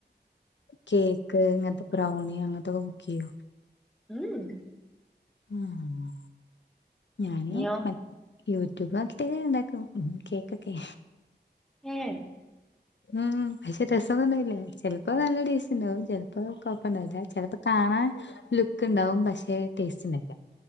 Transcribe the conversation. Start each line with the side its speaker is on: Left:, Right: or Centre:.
Left: കേക്ക് ഇങ്ങന് ത്തെ ബ്രൗണി അങ്ങത്തൊക്കെ കുക്കെയ്യോ?
Centre: ഉം.
Left: ആഹ് ഞാന്
Centre: ഞോ
Left: മറ്റ യൂട്യൂബ് നോക്കിറ്റെക്കെ ഞാണ്ടാക്കും കേക്കൊക്കെ.
Centre: ഏഹ്
Left: ഉം പക്ഷെ രസംന്നുംണ്ടായില്ല ചെല്പ്പോ നല്ല ടേസ്റ്റ്ണ്ടാവും ചെല്പ്പൊ കൊ വില്ലേ ചെലപ്പോ കാണാൻ ലുക്ക്ണ്ടാവും പക്ഷെ ടേസ്റ്റ്ണ്ടാവില്ലാ.